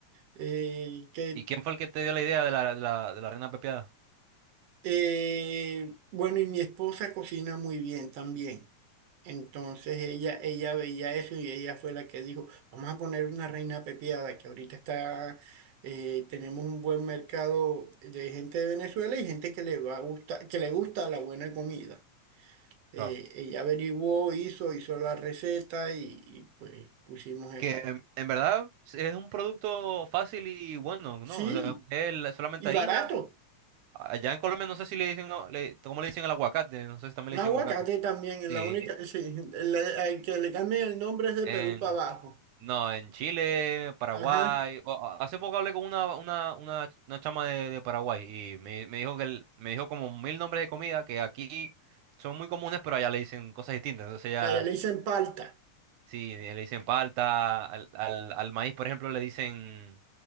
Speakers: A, on the right; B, on the right.
A: Eh, que,
B: ¿Y quién fue el que te dio la idea de la, de la, de la reina pepiada?
A: eh, bueno, y mi esposa cocina muy bien también. Entonces ella, ella veía eso y ella fue la que dijo, vamos a poner una reina pepiada, que ahorita está, eh, tenemos un buen mercado de gente de Venezuela y gente que le va a gustar, que le gusta la buena comida. Eh,
B: Claro.
A: ella averiguó, hizo, hizo la receta y, y, pues pusimos eso.
B: Que em, en verdad es un producto fácil y bueno,
A: Sí,
B: ¿no? O sea, es la- solamente
A: y
B: harina.
A: barato.
B: Allá en Colombia no sé si le dicen, no, le, ¿cómo le dicen al aguacate? No sé si también
A: Un
B: le dicen
A: aguacate
B: aguacate.
A: también, es
B: Sí.
A: la única, sí, el, el que le cambien el nombre es de
B: en
A: Perú para abajo.
B: No, en Chile, Paraguay.
A: Ajá,
B: o- a- Hace poco hablé con una, una, una, una chama de, de Paraguay y me, me dijo que el- me dijo como mil nombres de comida que aquí son muy comunes, pero allá le dicen cosas distintas. Entonces ya,
A: allá le dicen palta,
B: sí, le dicen palta, al, al, al maíz, por ejemplo, le dicen,